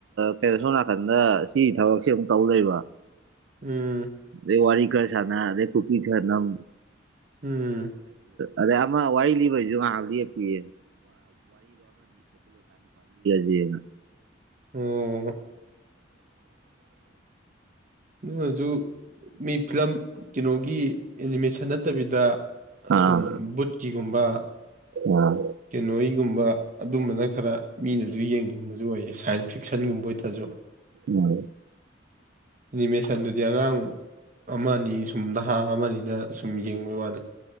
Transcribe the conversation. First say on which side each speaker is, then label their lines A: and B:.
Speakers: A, on the right; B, on the right.
A: ꯀꯩꯅꯣ ꯁꯣꯝ ꯅꯥꯀꯟꯗ ꯁꯤ ꯊꯕꯛꯁꯦ ꯑꯃꯨꯛ ꯇꯧ ꯂꯩꯕ
B: ꯎꯝ
A: ꯑꯗꯦ ꯋꯥꯔꯤ ꯈꯔ ꯁꯅ ꯑꯗꯦ ꯀꯨꯄꯤ ꯈꯔꯅꯝ
B: ꯎꯝ
A: ꯑꯗꯩ ꯑꯃ ꯋꯥꯔꯤ ꯂꯤꯕꯩꯁꯨ ꯉꯥꯏꯍꯥꯟ ꯂꯦꯞꯄꯤꯌꯦ <unintelligible>
B: ꯎꯝ ꯑꯗꯨꯃꯁꯨ ꯃꯤ ꯐꯤꯂꯝ ꯀꯩꯅꯣꯒꯤ ꯑꯦꯅꯤꯃꯦꯁꯟ ꯅꯠꯇꯕꯤꯗ ꯑꯁꯨꯝ
A: ꯑꯥ
B: ꯕꯨꯠꯀꯤꯒꯨꯝꯕ
A: ꯑꯥ
B: ꯀꯩꯅꯣꯋꯤꯒꯨꯝꯕ ꯑꯗꯨꯝꯕꯅ ꯈꯔ ꯃꯤꯅꯁꯨ ꯌꯦꯡꯅꯤꯡꯕꯁꯨ ꯑꯣꯏꯌꯦ ꯁꯥꯏꯟꯁ ꯐꯤꯛꯁꯟꯒꯨꯝꯕ ꯑꯣꯏꯇꯔꯁꯨ
A: ꯃ
B: ꯑꯦꯅꯤꯃꯦꯁꯟꯗꯨꯗꯤ ꯑꯉꯥꯡ ꯑꯃꯅꯤ ꯁꯨꯝ ꯅꯍꯥ ꯑꯃꯅꯤꯅ ꯁꯨꯝ ꯌꯦꯡꯕꯩ ꯋꯥꯅꯤ